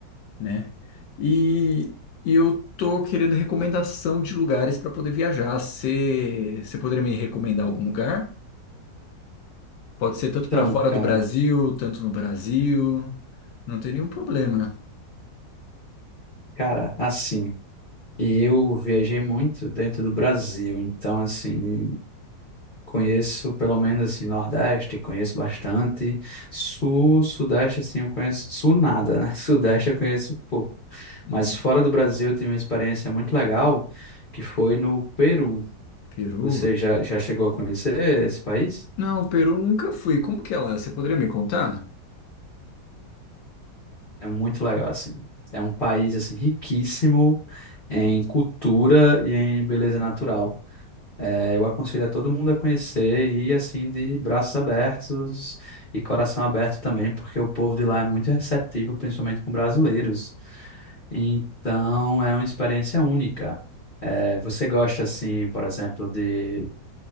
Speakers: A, on the left (about 75°); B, on the left (about 45°).
A: né? E, e eu tô querendo recomendação de lugares para poder viajar. Você você poderia me recomendar algum lugar? Pode ser tanto
B: Então,
A: para fora
B: cara,
A: do Brasil, tanto no Brasil. Não tem nenhum problema.
B: cara, assim, eu viajei muito dentro do Brasil, então, assim, conheço pelo menos, assim, Nordeste, conheço bastante, Sul, Sudeste, assim, eu conheço, Sul nada, né? <laughs> Sudeste eu conheço pouco,
A: Hum,
B: mas fora do Brasil eu tive uma experiência muito legal, que foi no Peru.
A: Peru?
B: Você já, já chegou a conhecer esse país?
A: Não, o Peru nunca fui. Como que ela é? Você poderia me contar?
B: É muito legal, assim. É um país, assim, riquíssimo em cultura e em beleza natural. É, eu aconselho a todo mundo a conhecer e, ir, assim, de braços abertos e coração aberto também, porque o povo de lá é muito receptivo, principalmente com brasileiros. Então, é uma experiência única. É, você gosta, assim, por exemplo, de,